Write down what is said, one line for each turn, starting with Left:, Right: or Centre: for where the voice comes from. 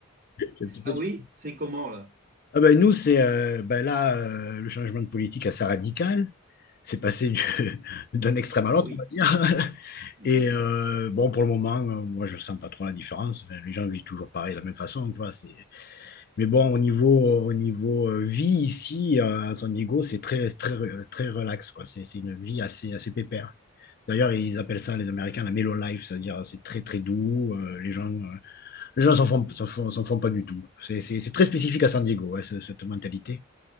Left: C'est un petit peu...
Right: Ah
Left: di-
Right: oui, c'est comment là?
Left: Ah ben, nous, c'est... euh, ben là, euh, le changement de politique assez radical. C'est passé du- <laughs> d'un extrême
Right: Ah
Left: à l'autre,
Right: oui.
Left: on va dire. <laughs>
Right: Mhm.
Left: Et euh, bon, pour le moment, euh, moi, je sens pas trop la différence. Enfin, les gens vivent toujours pareil, de la même façon, tu vois. C'est... Mais bon, au niveau, au niveau euh, vie ici, euh, à San Diego, c'est très, très, très relax, quoi. C'est, c'est une vie assez, assez pépère. D'ailleurs, ils appellent ça, les Américains, la mellow life, c'est-à-dire euh, c'est très, très doux. euh, les gens, euh, les gens s'en font, s'en font, s'en font pas du tout. C'est, c'est, c'est très spécifique à San Diego, ouais, ce- cette mentalité.